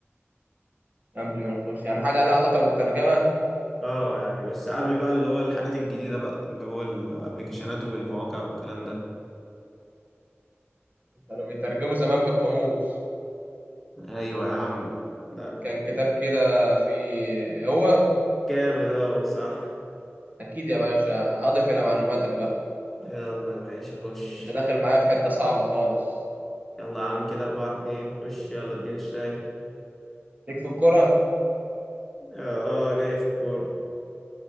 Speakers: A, on the right (about 35°); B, in the centre.
A: قبل ما نخش يعني حاجة لها علاقة بالترجمة
B: اه يعني بس قبل بقى اللي هو الحاجات الجديدة بقى اللي هو الابليكيشنات والمواقع والكلام ده
A: كانوا بيترجموا زمان بالقاموس
B: ايوه يا عم لا
A: كان كتاب كده فيه هو
B: جامد اه صح
A: أكيد يا باشا أضف إلى معلوماتك بقى
B: يلا يا باشا خش
A: أنت داخل معايا في حتة صعبة خالص
B: يلا يا عم كده أربعة اتنين خش يلا اديني السؤال
A: ليك في الكرة
B: اه آه، ليه في الكورة